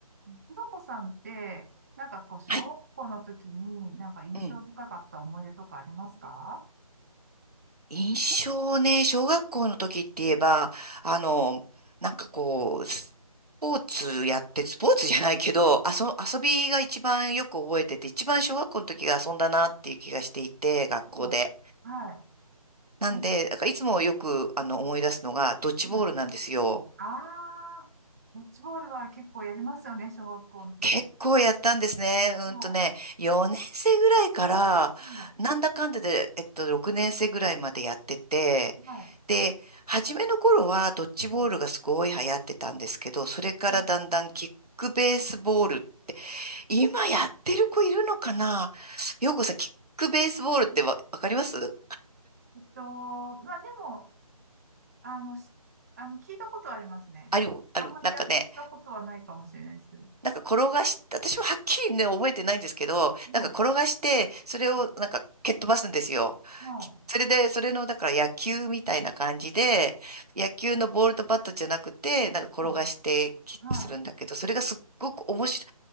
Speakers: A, on the right (about 25°); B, on the right (about 80°).
A: ひろこさんって、なんかこう、小学校の時になんか印象深かった思い出とかありますか
B: はい、うん。印象ね、小学校の時って言えば、あの、なんかこう、スポーツやって、スポーツじゃないけど、あそ、遊びが一番よく覚えてて、一番小学校の時が遊んだなっていう気がしていて、学校で。
A: もう、は
B: なんで、
A: い。え、
B: だからいつもよくあの思い出すのが、ドッジボールなんですよ。
A: はいああ、ドッジボールは結構やりますよね、小学校の時。
B: 結構やったんですね。うんとね、
A: は
B: 4年生ぐらいから、
A: い。はい。
B: なんだかんだで、えっと、6年生ぐらいまでやってて、
A: はい。
B: で、初めの頃はドッジボールがすごい流行ってたんですけど、
A: は
B: それからだんだんキックベースボール、
A: い。は
B: 今やってる子いるのかなようこさん、キックベースボールってわ、わかります
A: いえっと、まあでも、あの、しあの、聞いたことはありますね。
B: ある、ある、
A: あんまりやったことはないかもしれないですけど。
B: なんかね、なんか転がし、私ははっきりね、覚えてないんですけど、
A: はい。
B: なんか転がして、それをなんか蹴っ飛ばすんですよ。
A: はい。はい。
B: きそれで、それの、だから野球みたいな感じで、野球のボールとバットじゃなくて、なんか転がしてキックするんだけど、
A: はい。はい。は
B: それがすっごく面白